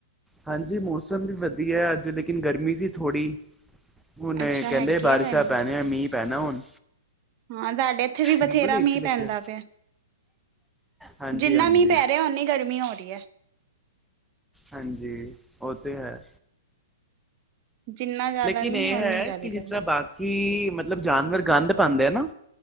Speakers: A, in the centre; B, on the right.
A: ਹਾਂਜੀ ਮੌਸਮ ਵੀ ਵਧੀਆ ਅੱਜ ਲੇਕਿਨ ਗਰਮੀ ਸੀ ਥੋੜ੍ਹੀ ਹੁਣ ਆਏ
B: ਅੱਛਾ
A: ਕਹਿੰਦੇ
B: ਹੈਗੀ
A: ਬਾਰਿਸ਼ਾਂ
B: ਹੈ ਗਰਮੀ
A: ਪੈਣੀਆਂ, ਮੀਂਹ ਪੈਣਾ ਹੁਣ
B: ਹਾਂ ਸਾਡੇ ਇੱਥੇ ਵੀ
A: ਬਿਲਕੁਲ
B: ਬਥੇਰਾ
A: ਏਸੀ
B: ਮੀਂਹ
A: ਲੱਗਿਆ
B: ਪੈਂਦਾ ਪਿਆ।
A: ਹਾਂਜੀ
B: ਜਿੰਨਾ
A: ਹਾਂਜੀ
B: ਮੀਂਹ ਪੈ ਰਿਹਾ ਉਂਨੀ ਗਰਮੀ ਹੋ ਰਹੀ ਐ।
A: ਹਾਂਜੀ ਉਹ ਤੇ ਹੈ।
B: ਜਿੰਨਾ ਜ਼ਿਆਦਾ
A: ਲੇਕਿਨ
B: ਮੀਂਹ
A: ਇਹ ਹੈ
B: ਓਨੀ ਜ਼ਿਆਦਾ
A: ਕਿ ਜਿਸ
B: ਗਰਮੀ
A: ਤਰ੍ਹਾਂ ਕਿ ਮਤਲਬ ਜਾਨਵਰ ਗੰਦ ਪਾਂਦੇ ਆ ਨਾਂ,